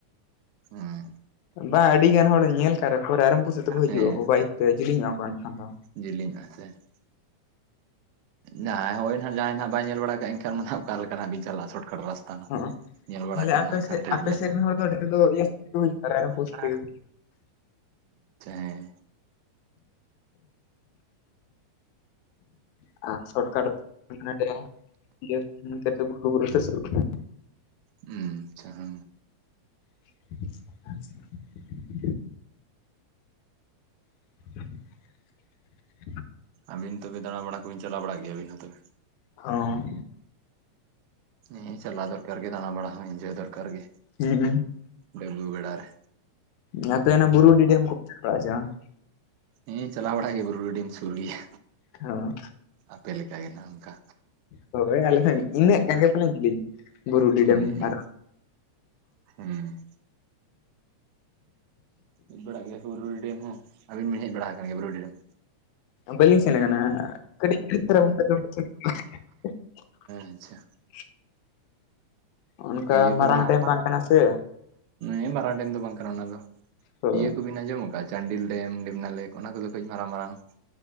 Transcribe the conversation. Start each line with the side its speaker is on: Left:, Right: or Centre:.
Right: ᱦᱮᱸ
Left: ᱵᱟᱝ ᱟᱹᱰᱤᱜᱟᱱ ᱦᱚᱲ ᱧᱮᱞ ᱠᱟᱜ ᱨᱮᱦᱚᱸ ᱠᱚ ᱨᱟᱭᱨᱚᱝᱯᱩᱨ ᱥᱮᱫ ᱛᱮᱠᱚ ᱦᱤᱡᱩᱜ-ᱟᱠᱚ
Right: ᱦᱮᱸ
Left: ᱵᱟᱭᱤᱠ ᱛᱮ ᱡᱮᱞᱤᱧᱚᱜ-ᱟ ᱠᱚ ᱮᱱᱠᱷᱟᱱ ᱫᱚ᱾
Right: <unintelligible> ᱡᱟᱦᱟᱸᱭ ᱦᱳᱭ ᱱᱟᱦᱟᱸᱜ ᱡᱟᱦᱟᱸᱭ ᱦᱟᱸᱜ ᱵᱟᱭ ᱧᱮᱞ ᱵᱟᱲᱟ ᱠᱟᱜ-ᱟ ᱮᱱᱠᱷᱟᱱ ᱚᱱᱟ ᱦᱟᱸᱜ ᱚᱠᱟᱞᱮᱠᱟ ᱞᱮᱠᱟᱱᱟᱜ ᱵᱤᱱ ᱪᱟᱞᱟᱜ ᱥᱚᱨᱚᱴᱠᱟᱴ ᱨᱟᱥ ᱛᱟᱱᱟᱜ
Left: ᱦᱚᱸᱜᱼᱚ
Right: ᱧᱮᱞ ᱵᱟᱲᱟ
Left: ᱛᱟᱦᱞᱮ
Right: ᱠᱷᱟᱱ
Left: ᱟᱯᱮ
Right: ᱱᱟᱜ ᱠᱷᱟᱱ
Left: ᱥᱮᱫ
Right: ᱴᱷᱤᱠ
Left: ᱟᱯᱮ
Right: ᱜᱮᱭᱟ᱾
Left: ᱥᱮᱫ ᱨᱮᱱ ᱦᱚᱲ ᱫᱚ ᱰᱷᱮᱨ ᱫᱚ ᱤᱭᱟᱹ ᱥᱮᱫ ᱛᱮᱠᱚ ᱦᱤᱡᱩᱜᱼᱟ
Right: <unintelligible>
Left: ᱨᱟᱭᱨᱚᱝᱯᱩᱨ
Right: ᱩ ᱟᱪᱪᱷᱟ
Left: ᱥᱮᱫ ᱛᱮᱜᱮ
Right: ᱦᱮᱸ᱾
Left: <unintelligible>
Right: ᱦᱩᱸ ᱟᱪᱪᱷᱟ᱾
Left: <inaudible> <inaudible>
Right: ᱟᱵᱤᱱ ᱛᱚᱵᱮ ᱫᱟᱲᱟ ᱵᱟᱟᱲᱲᱟ ᱠᱚᱵᱤᱱ ᱪᱟᱞᱟᱣ ᱵᱟᱲᱟ ᱜᱮᱭᱟ ᱟᱹᱵᱤᱱ ᱦᱚᱸ ᱛᱚᱵᱮ᱾
Left: ᱦᱚᱸ᱾
Right: ᱦᱮ ᱪᱟᱞᱟᱣ ᱫᱚᱨᱠᱟᱨ ᱜᱮ ᱫᱟᱬᱟ ᱵᱟᱲᱟ ᱦᱚᱸ ᱮᱧᱡᱚᱭ ᱫᱚᱨᱟᱨ ᱜᱮ᱾
Left: ᱦᱩᱸ
Right: ᱰᱟᱹᱵᱽᱨᱟᱹ ᱵᱮᱲᱟ ᱨᱮ
Left: ᱡᱟᱛᱮ ᱚᱱᱮ ᱵᱩᱨᱩ ᱰᱤᱰᱮᱢ ᱠᱚ <unintelligible>
Right: ᱦᱮᱸ ᱪᱟᱞᱟᱣ ᱵᱟᱲᱟ ᱜᱮᱭᱟ ᱵᱩᱨᱩ ᱨᱮ ᱰᱤᱢ ᱥᱩᱨ ᱜᱮᱭᱟ᱾
Left: ᱦᱚᱸ
Right: ᱟᱯᱮ ᱞᱮᱠᱟ ᱜᱮ ᱱᱟᱜ ᱚᱱᱠᱟ᱾
Left: ᱦᱳᱭ ᱟᱞᱮ ᱦᱚᱸ ᱤᱱᱟᱹᱜ <unintelligible> ᱵᱩᱨᱩ ᱰᱤ
Right: ᱦᱮᱸ
Left: ᱰᱮᱢ
Right: ᱦᱮᱸ
Left: ᱟᱨ
Right: ᱦᱮᱸ᱾ ᱦᱮᱡ ᱵᱟᱲᱟᱜ ᱜᱮᱭᱟ ᱠᱚ ᱵᱩᱨᱩᱰᱤ ᱰᱮᱢ ᱦᱚᱸ, ᱟᱵᱤᱱ ᱵᱤᱱ ᱦᱮᱡ ᱵᱟᱲᱟ ᱟᱠᱟᱱ ᱜᱮᱭᱟ ᱵᱩᱨᱩᱰᱤ ᱰᱮᱢ?
Left: ᱵᱟᱹᱞᱤᱧ ᱥᱮᱱ ᱠᱟᱱᱟ ᱠᱟᱹᱴᱤᱡ <unintelligible>
Right: ᱟᱪᱪᱷᱟ
Left: ᱚᱱᱠᱟ
Right: ᱤᱭᱟᱹ ᱠᱚ
Left: ᱢᱟᱨᱟᱝ
Right: <unintelligible>
Left: ᱰᱮᱢ ᱵᱟᱝ ᱠᱟᱱᱟ ᱥᱮ
Right: ᱦᱮᱸ ᱵᱟᱨᱟᱝ ᱰᱮᱢ ᱫᱚ ᱵᱟᱝ ᱠᱟᱱᱟ ᱚᱱᱟ ᱫᱚ,
Left: ᱦᱳᱭ
Right: ᱤᱭᱟᱹ ᱠᱚᱵᱤᱱ ᱟᱸᱡᱚᱢᱚᱜ ᱪᱟᱱᱰᱤᱞ ᱰᱮᱢ ᱰᱮᱢᱱᱟ ᱞᱮᱠ ᱚᱱᱟ ᱠᱚᱫᱚ ᱠᱟᱹᱡ ᱢᱟᱨᱟᱝ ᱢᱟᱨᱟᱝᱟ᱾